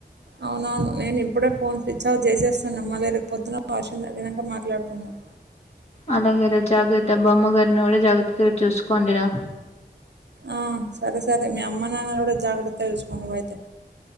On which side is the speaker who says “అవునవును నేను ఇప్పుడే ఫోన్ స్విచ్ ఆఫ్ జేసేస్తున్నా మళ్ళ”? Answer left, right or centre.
Right